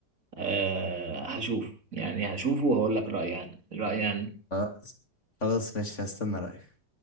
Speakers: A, on the right (about 45°); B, on the left (about 40°).
A: آه هشوف يعني هشوفه وهقول لك رايي يعني رايي يعني
B: آه، خلاص ماشي هستنى رأيك